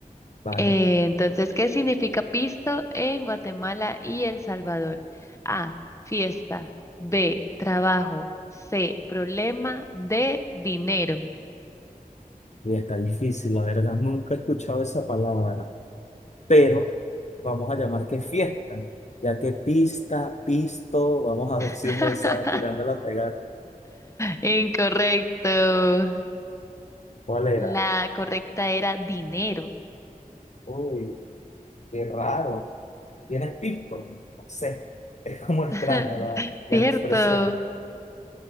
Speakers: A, on the left; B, on the left.
A: Vale,
B: Eh, entonces, ¿qué significa pisto en Guatemala y El Salvador? A, fiesta. B, trabajo. C, problema. D, dinero.
A: y está difícil, la verdad. Nunca he escuchado esa palabra, pero vamos a llamar que fiesta, ya que pista, pisto, vamos a ver si
B: <laughs>
A: es esa, tirándola a pegar.
B: Incorrecto.
A: ¿Cuál era?
B: La correcta era dinero.
A: Uy, qué raro. ¿Tienes pisto? No sé, es como extraña
B: <laughs>
A: la,
B: Cierto.
A: la expresión. <laughs>